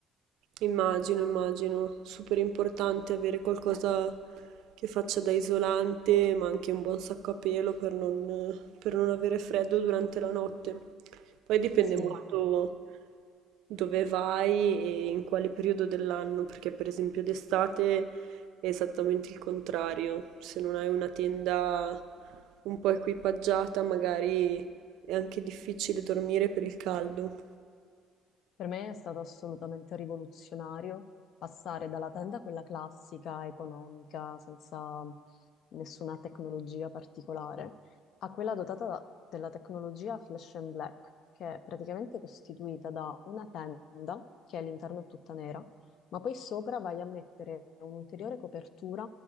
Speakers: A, on the right (about 75°); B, on the left (about 50°).
A: Immagino, immagino, super importante avere qualcosa che faccia da isolante, ma anche un buon sacco a pelo per non, per non avere freddo durante la notte. Poi dipende
B: Sì.
A: molto dove vai e in quale periodo dell'anno, perché per esempio d'estate è esattamente il contrario. Se non hai una tenda un po' equipaggiata, magari è anche difficile dormire per il caldo.
B: Per me è stato assolutamente rivoluzionario passare dalla tenda, quella classica, economica, senza nessuna tecnologia particolare, a quella dotata da- della tecnologia Flash and Black, che è praticamente costituita da una tenda, che all'interno è tutta nera, ma poi sopra vai a mettere un'ulteriore copertura,